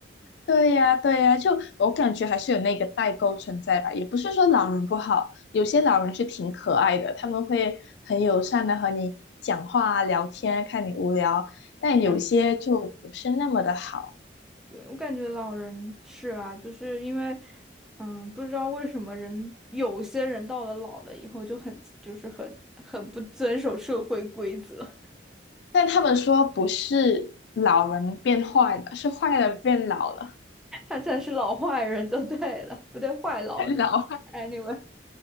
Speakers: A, on the left; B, in the centre.
A: 对呀，对呀，就我感觉还是有那个代沟存在吧。也不是说老人不好，有些老人是挺可爱的，他们会很友善的和你讲话啊、聊天，看你无聊，但有些就不是那么的好。
B: 来。对，我感觉老人是啊，就是因为，嗯，不知道为什么人有些人到了老了以后就很就是很很不遵守社会规则，
A: 但他们说不是老人变坏了，是坏人变老了，
B: <laughs> 他才是老坏人就对了，不对，坏老人。
A: 太老了。
B: Anyway，